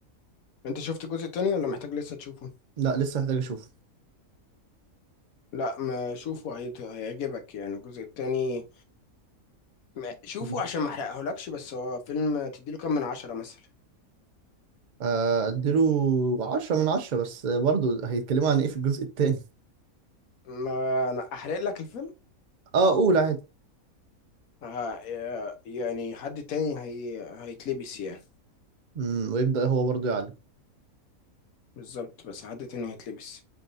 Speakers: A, on the left (about 75°); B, on the right (about 80°).
A: انت شفت الجزء التاني ولا محتاج لسه تشوفه
B: لا لسه محتاج اشوف
A: لا ما شوفه هيت- هيعجبك يعني الجزء التاني ما- شوفه
B: مم.
A: عشان ما احرقهولكش بس هو فيلم تديله كام من عشرة مثلا
B: آه، اديله عشرة من عشرة بس برضه هيتكلموا عن ايه في الجزء التاني
A: ما انا احرق لك الفيلم
B: اه قول عادي
A: ها يعني حد تاني هي هيتلبس يعني
B: مم، ويبدأ هو برضه يعالج
A: بالظبط بس حد تاني هيتلبس